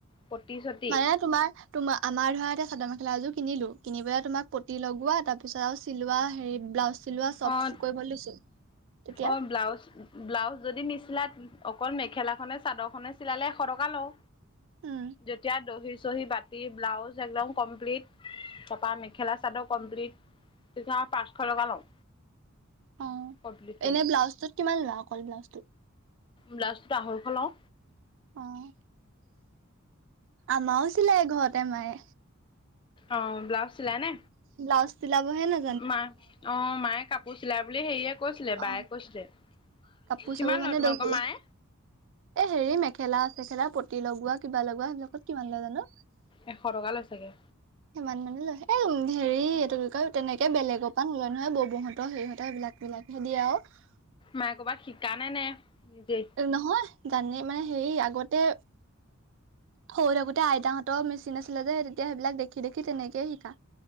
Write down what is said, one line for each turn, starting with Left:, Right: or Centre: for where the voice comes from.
Left: পতি চতি
Right: মানে তোমাৰ তোমাৰ আমাৰ ধৰা এতিয়া চাদৰ মেখেলা এযোৰ কিনিলোঁ কিনি পেলাই তোমাক পটি লগোৱা তাৰপিছত আৰু চিলোৱা হেৰি ব্লাউজ চিলোৱা চব
Left: অ',
Right: কৰিবলৈ দিছো তেতিয়া?
Left: অ', ব্লাউজ ব্লাউজ যদি নিচিলাই অকল মেখেলাখনে চাদৰখনে চিলালে এশ টকা লওঁ।
Right: উম
Left: যেতিয়া দহি চহি বা টি ব্লাউজ একদম কমপ্লিট পতা মেখেলা চাদৰ কমপ্লিট তেতিয়া পাঁচশ টকা লওঁ।
Right: অঁ,
Left: কমপ্লিট কৰি।
Right: এনে ব্লাউজটোত কিমান লোৱা অকল ব্লাউজটোত?
Left: ব্লাউজটোত আঢ়ৈশ লওঁ।
Right: অঁ আমাৰো চিলাই ঘৰতে মায়ে।
Left: অঁ, ব্লাউজ চিলাই নে?
Right: ব্লাউজ চিলাবহে না
Left: মা অঁ মায়ে কাপোৰ চিলাই বুলি হেৰিয়ে কৈছিলে
Right: অ
Left: বায়ে কৈছিলে।
Right: কাপোৰ
Left: কিমান
Right: চাপোৰ
Left: লয়
Right: মানে
Left: তোমালোকৰ
Right: দহি
Left: মায়ে?
Right: এ হেৰি মেখেলা চেখেলা পতি লগোৱা কিবা লগোৱা সেইবিলাকত কিমান লয় জানো?
Left: এশ টকা লয় চাগে।
Right: সিমান মানে লয়, এই হেৰি এইটো কি কয় তেনেকৈ বেলেগৰ পৰা নলয় নহয় ববৌহঁতৰ হঁতৰ হেৰি হঁতৰ সেইবিলাক বিলাকহে দিয়ে আৰু।
Left: মায়ে কৰ'বাত শিকানে নে নিজে?
Right: নহয় জানেই মানে হেৰি আগতে সৰু থাকোতে আইতাহঁতৰ মেচিন আছিলে যে তেতিয়া সেইবিলাক দেখি দেখি তেনেকেই শিকা।